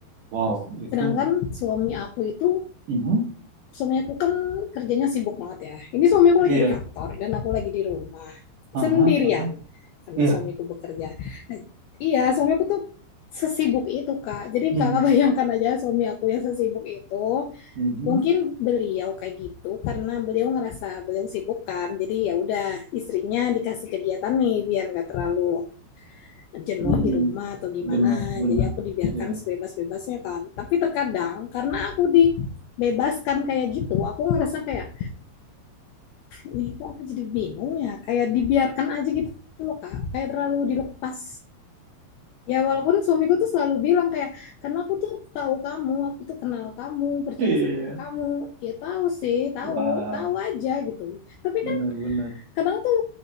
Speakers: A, on the right (about 60°); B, on the left (about 80°).
A: Wow, itu.
B: Sedangkan suami aku itu
A: Mhm.
B: suami aku kan kerjanya sibuk banget ya. Ini suami aku
A: Iya.
B: lagi di kantor dan aku lagi di rumah sendirian
A: Aha, aha.
B: karena
A: Iya.
B: suamiku bekerja. Nah, iya, suami aku tuh sesibuk itu, Kak. Jadi
A: Mhm.
B: Kakak <laughs> bayangkan aja suami aku yang sesibuk itu.
A: Mhm.
B: Mungkin beliau kayak gitu karena beliau ngerasa beliau sibuk kan. Jadi ya udah istrinya dikasih kegiatan nih biar nggak terlalu jenuh
A: Mhm.
B: di rumah atau gimana.
A: Benar, benar.
B: Jadi aku dibiarkan
A: Iya.
B: sebebas-bebasnya kan. Tapi terkadang karena aku dibebaskan kayak gitu, aku ngerasa kayak, ini kok aku jadi bingung ya. Kayak dibiarkan aja gitu loh kak. Kayak terlalu dilepas. Ya walaupun suamiku tuh selalu bilang kayak, karena aku tuh tahu kamu, aku tuh kenal kamu, percaya
A: Iya.
B: sama kamu. Ya tahu sih, tahu,
A: Wow,
B: tahu aja gitu. Tapi
A: benar,
B: kan
A: benar.
B: kadang tuh